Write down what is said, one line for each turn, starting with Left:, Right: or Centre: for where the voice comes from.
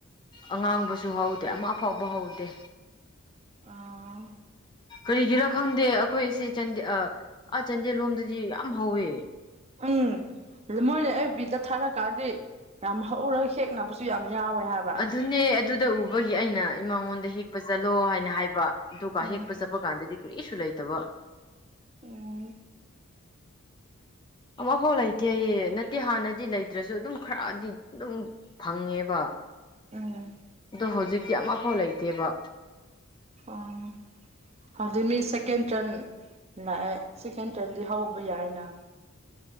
Left: ꯑꯉꯥꯡꯕꯁꯨ ꯍꯧꯗꯦ ꯑꯃ ꯐꯥꯎꯕ ꯍꯧꯗꯦ
Right: ꯑꯥ
Left: ꯀꯔꯤꯒꯤꯔ ꯈꯪꯗꯦ ꯑꯈꯣꯏꯁꯤ ꯆꯟꯗꯦ ꯑꯥ ꯑꯥ ꯆꯥꯟꯗꯦꯜ ꯂꯣꯝꯗꯗꯤ ꯌꯥꯝ ꯍꯧꯋꯦ
Right: ꯎꯝ ꯑꯗꯨ ꯃꯣꯏꯅ ꯑꯐꯕꯤꯗ ꯊꯥꯔꯛꯀꯥꯟꯗꯤ ꯌꯥꯝ ꯍꯧꯔꯒ ꯍꯦꯛꯅꯕꯁꯨ ꯌꯥꯝ ꯌꯥꯎꯋꯦ ꯍꯥꯏꯕ
Left: ꯑꯗꯨꯅꯦ ꯑꯗꯨꯗ ꯎꯕꯒꯤ ꯑꯩꯅ ꯏꯃꯉꯣꯟꯗ ꯍꯦꯛꯄ ꯆꯠꯂꯣ ꯍꯥꯏꯅ ꯍꯥꯏꯕ ꯑꯗꯨꯒ
Right: ꯎꯝ
Left: ꯍꯦꯛꯄ ꯆꯠꯄ ꯀꯥꯟꯗꯗꯤ ꯀꯔꯤꯁꯨ ꯂꯩꯇꯕ
Right: ꯎꯝ
Left: ꯑꯃꯐꯥꯎ ꯂꯩꯇꯦ ꯍꯥꯏꯌꯦ ꯅꯠꯇꯦ ꯍꯥꯟꯅꯗꯤ ꯂꯩꯇ꯭ꯔꯁꯨ ꯑꯗꯨꯝ ꯈꯔꯗꯤ ꯑꯗꯨꯝ ꯐꯪꯉꯦꯕ
Right: ꯎꯝ
Left: ꯗꯨ ꯍꯧꯖꯤꯛꯇꯤ ꯑꯃꯐꯥꯎ ꯂꯩꯇꯦꯕ
Right: ꯑꯥ ꯑꯗꯨꯃꯤ ꯁꯦꯀꯦꯟ ꯇꯔꯟ ꯂꯥꯛꯑꯦ ꯁꯦꯀꯦꯟ ꯇ꯭ꯔꯟꯗꯤ ꯍꯧꯕ ꯌꯥꯏꯅ